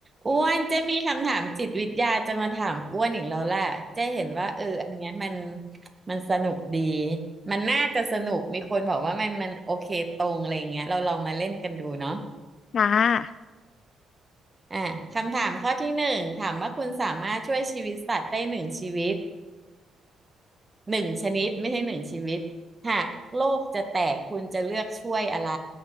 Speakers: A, on the right; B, on the left.
A: อ้วนเจ๊มีคำถามจิตวิทยาจะมาถามอ้วนอีกแล้วแหละเจ๊เห็นว่าเอออันเนี้ยมันมันสนุกดี มันน่าจะสนุกมีคนบอกว่ามันมันโอเคตรงอะไรเงี้ยเราลองมาเล่นกันดูเนาะ
B: ค่ะ
A: อ่ะคำถามข้อที่หนึ่งถามว่าคุณสามารถช่วยชีวิตสัตว์ได้หนึ่งชีวิตหนึ่งชนิดไม่ใช่หนึ่งชีวิต หากโลกจะแตกคุณจะเลือกช่วยอะไร